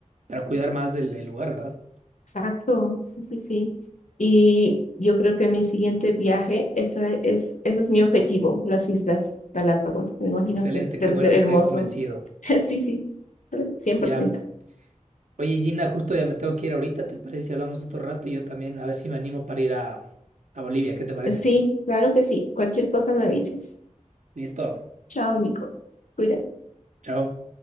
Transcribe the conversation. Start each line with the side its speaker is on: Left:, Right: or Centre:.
Right: para cuidar más el, el lugar, ¿verdad?
Left: exacto, sí, sí, sí. Y yo creo que mi siguiente viaje, esa es, ese es mi objetivo, las Islas Galápagos. Me imagino
Right: Excelente,
Left: que debe
Right: qué bueno
Left: ser hermoso.
Right: que te haya convencido.
Left: <laughs> Sí, sí, cien
Right: Ya.
Left: por ciento
Right: Oye, Gina, justo ya me tengo que ir ahorita, ¿te parece si hablamos otro rato? Y yo también, a ver si me animo para ir a, a Bolivia, ¿qué te parece?
Left: Sí, claro que sí. Cualquier cosa me avisas.
Right: Listo,
Left: Chao, Nico. Cuídate.
Right: chao.